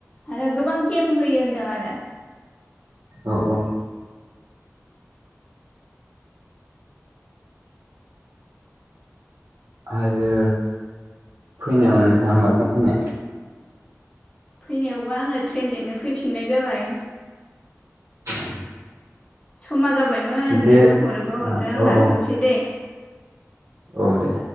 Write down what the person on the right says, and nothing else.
औ औ। आरो फैनायाव नोंथाङा माजों फैनाय?
<unintelligible>
दे
औ
औ
औ दे।